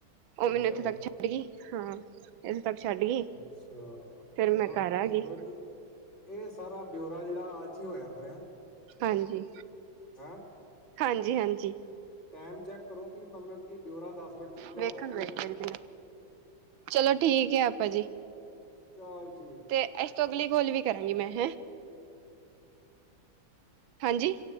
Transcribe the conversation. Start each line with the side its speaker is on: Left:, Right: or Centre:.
Right: ਉਹ ਮੈਨੂੰ
Left: ਅੱਛਾ
Right: ਇੱਥੇ ਤੱਕ ਛੱਡ ਗਈ ਹਾਂ ਇੱਥੇ ਤੱਕ ਛੱਡ ਗਈ।
Left: ਅੱਛਾ
Right: ਫੇਰ ਮੈਂ
Left: ਹਾਂ
Right: ਘਰ ਆ ਗਈ
Left: ਮਤਲਬ ਕੀ ਇਹ ਸਾਰਾ ਬਿਉਰਾ ਜਿਹੜਾ ਅੱਜ ਹੀ ਹੋਇਆ ਫਿਰ।
Right: ਹਾਂਜੀ,
Left: ਹੈਂ
Right: ਹਾਂਜੀ -ਹਾਂਜੀ।
Left: ਟਾਈਮ ਚੈੱਕ ਕਰੋ ਵੀ ਮਤਲਬ ਕਿ ਬਿਊਰਾ ਦਸ ਮਿੰਟ ਪੂਰਾ
Right: ਵੇਖਣ
Left: ਹੋ ਗਿਆ ਕਿ ਨਹੀਂ ਹੋਇਆ
Right: ਬਦੀ ਆ, ਚਲੋ ਠੀਕ ਹੈ ਆਪਾਂ ਜੀ।
Left: ਚਲ ਠੀਕ
Right: ਤੇ
Left: ਹੈ ਪੁੱਤਰਾ।
Right: ਇਸ ਅਗਲੀ ਕੋਲ ਵੀ ਕਰਾਂਗੀ ਮੈਂ ਹੈ, ਹਾਂਜੀ।